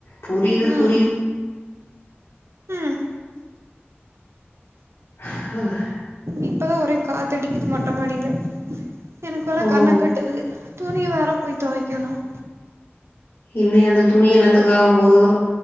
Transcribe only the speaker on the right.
ம்
ம்
இப்பதான் ஒரே காத்த அடிக்குது மொட்டை மாடியில எனக்கு வர
கண்ண கட்டுது துணி வேற போய் தோவைக்கணும்